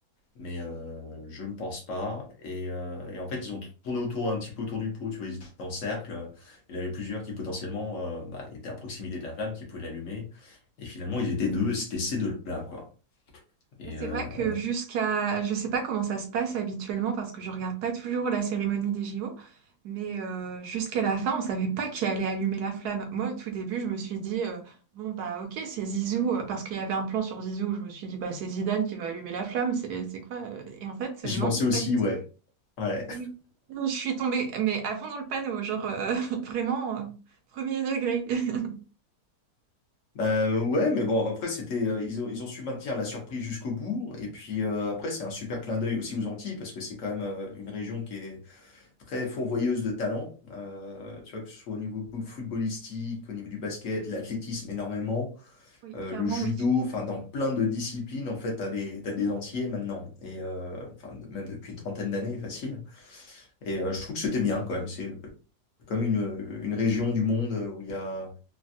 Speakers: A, on the left (about 55°); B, on the right (about 75°).
A: mais euh, je ne pense pas. Et, euh, et en fait, ils ont tourné autour, un petit peu autour du pot, tu vois, ils étaient en cercle. Il y en avait plusieurs qui potentiellement euh, bah, étaient à proximité de la flamme, qui pouvaient l'allumer. Et finalement, ils étaient deux, et c'était ces deux-là, quoi. Et
B: C'est
A: euh,
B: vrai que
A: on a-
B: jusqu'à, je sais pas comment ça se passe habituellement parce que je regarde pas toujours la cérémonie des JO, mais euh, jusqu'à la fin, on savait pas qui allait allumer la flamme. Moi, au tout début, je me suis dit euh, bon bah ok, c'est Zizou euh, parce qu'il y avait un plan sur Zizou. Je me suis dit bah c'est Zidane qui va allumer la flamme, c'est c'est quoi? euh Et en fait,
A: J'y
B: euh, non,
A: pensais aussi,
B: pas du tout.
A: ouais. Ouais.
B: Oui, Non, je suis tombée, mais à fond dans le panneau, genre euh, <laughs> vraiment euh, premier degré. <laughs>
A: Ben ouais, mais bon, après c'était, euh, ils ont, ils ont su maintenir la surprise jusqu'au bout, et puis euh, après c'est un super clin d'œil aussi aux Antilles parce que c'est quand même euh, une région qui est très fourvoyeuse de talents, euh, tu vois que ce soit au niveau bou- footballistique, au niveau du basket, l'athlétisme énormément,
B: Oui,
A: euh,
B: clairement,
A: le judo,
B: oui.
A: enfin dans plein de disciplines en fait t'as des, t'as des Antillais maintenant, et euh, enfin de- même depuis une trentaine d'années facile, et euh, je trouve que c'était bien quand même, c'est comme une, euh, une région du monde où il y a,